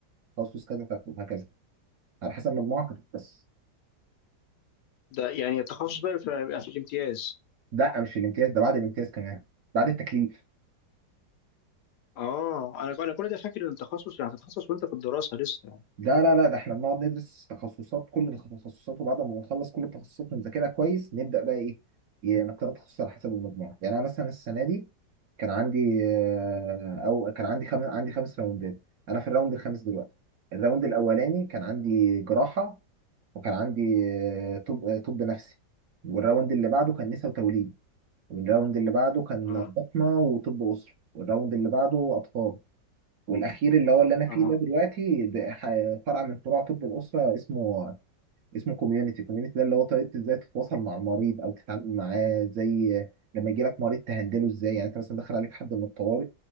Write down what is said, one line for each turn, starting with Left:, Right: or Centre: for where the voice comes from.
Right: تخصص كذا تاخد وهكذا على حسب مجموعك بس
Left: ده يعني التخصص بقى بيبقى- بيبقى في الامتياز
Right: ده مش الامتياز ده بعد الامتياز كمان بعد التكليف
Left: اه انا انا كل ده فاكر ان التخصص يعني هتتخصص وانت في الدراسه لسه يعني
Right: لا لا لا ده احنا بنقعد ندرس تخصصات كل التخصصات وبعد ما نخلص كل التخصصات ونذاكرها كويس نبدا بقى ايه ي- نختار تخصص على حسب المجموع يعني انا مثلا السنه دي كان عندي آه، او كان عندي خم... عندي خمس راوندات انا في الراوند الخامس دلوقتي الراوند الاولاني كان عندي جراحه وكان عندي آه، طب آه، طب نفسي والراوند اللي بعده كان نساء وتوليد والراوند اللي بعده كان
Left: اه
Right: بطنه وطب اسره والراوند اللي بعده اطفال والاخير اللي هو اللي انا فيه
Left: اه
Right: ده دلوقتي ده ح- فرع من فروع طب الاسره اسمه اسمه كوميونتي كوميونتي ده اللي هو طريقه ازاي تتواصل مع المريض او تتعامل معاه زي لما يجي لك مريض تهندله ازاي يعني انت مثلا دخل عليك حد من الطوارئ